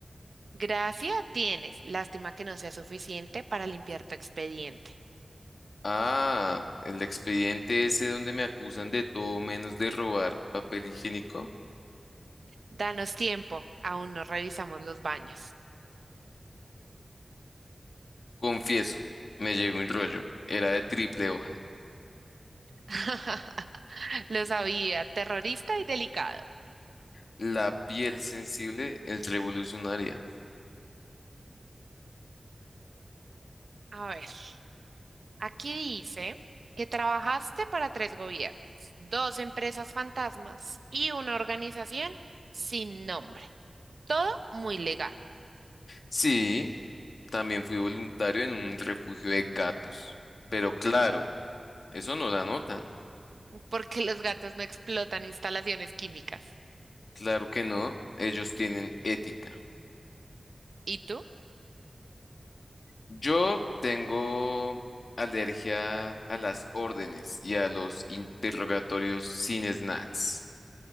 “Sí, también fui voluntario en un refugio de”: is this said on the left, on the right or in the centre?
Left